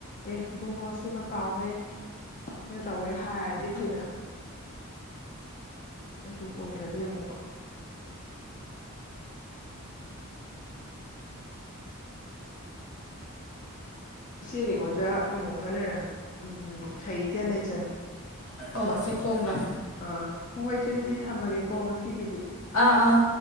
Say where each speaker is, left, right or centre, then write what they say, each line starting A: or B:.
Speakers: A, on the left; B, on the left.
A: ꯑꯦ ꯏꯕꯨꯡꯉ ꯁꯤꯃ ꯄꯥꯎꯍꯦ <unintelligible> ꯇꯧꯋꯦ ꯍꯥꯏꯔꯗꯤ ꯐꯩꯗꯅ ꯑꯗꯨ ꯑꯣꯏꯗꯔꯥꯗꯤ ꯑꯃꯨꯛ ꯏꯆꯦꯁꯤ ꯑꯣꯖꯥ ꯈꯔ ꯂꯩꯔꯝ ꯎꯝ ꯁꯩꯇꯌꯥ ꯂꯩꯆꯟ
B: ꯑꯣ
A: ꯃꯥ
B: ꯆꯦꯐꯣꯡꯪꯂ
A: ꯑꯥ ꯍꯣꯏ ꯍꯣꯏ ꯏꯦ ꯑꯗꯨꯗꯤ ꯊꯝꯃꯒꯦꯀꯣ ꯉꯁꯤꯒꯤꯗꯤ
B: ꯑꯥ ꯑꯥ